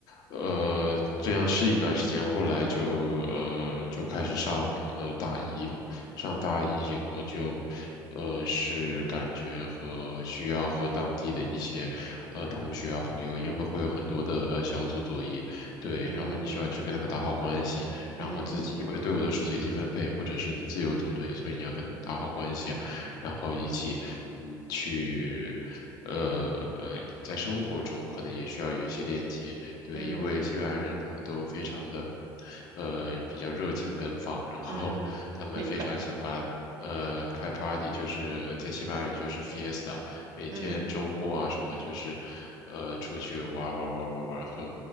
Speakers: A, on the left; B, on the right.
A: 呃，这样适应一段时间，后来就呃就开始上呃大一嘛，上大一以后就，呃是感觉和需要和当地的一些呃同学啊朋友，因为会有很多的呃小组作业，对，
B: 嗯
A: 然后你需要去跟他们打好关系，然后自己因为队伍都是随机分配或者是你自由组队，
B: 嗯
A: 所以你要跟他们打好关系啊然后一起嗯去。呃呃，在生活中可能也需要有一些链接，对，
B: 嗯。
A: 因为西班牙人他们都非常的，呃，比较热情奔放，然后他们非常喜欢，
B: 嗯，明白。
A: 呃，开 party，就是呃在西班牙语就是 fiesta，每天周末啊什么就是，
B: 嗯，
A: 呃，出去玩儿玩儿玩儿玩儿玩儿喝，